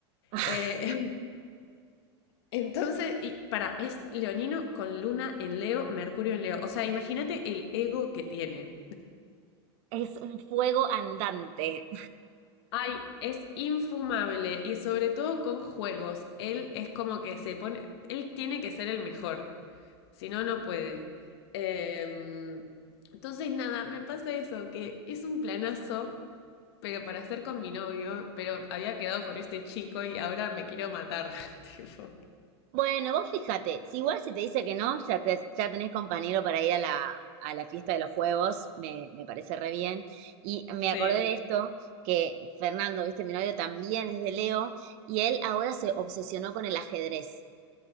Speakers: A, on the right; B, on the left.
A: <laughs>
B: Eh, <laughs> entonces, y para, es leonino con luna en Leo, Mercurio en Leo. O sea, imagínate el ego que tiene.
A: Es un fuego andante.
B: Ay, es infumable y sobre todo con juegos. Él es como que se pone, él tiene que ser el mejor, si no, no puede. Em, entonces, nada, me pasa eso, que es un planazo pero para estar con mi novio, pero había quedado con este chico y ahora me quiero matar, <laughs> tipo.
A: Bueno, vos fíjate, si igual si te dice que no, ya, te- ya tenés compañero para ir a la, a la fiesta de los juegos, me, me parece re bien. Y me acordé
B: Sí.
A: de esto, que Fernando, viste, mi novio también es de Leo, y él ahora se obsesionó con el ajedrez.